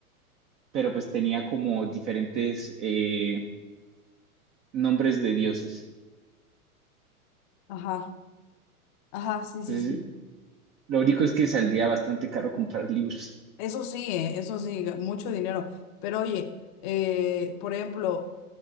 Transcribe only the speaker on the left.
Ajá. Ajá, sí, sí,
sí.
Eso sí, eh, Eso sí, ga- mucho dinero. Pero oye, eh, por ejemplo,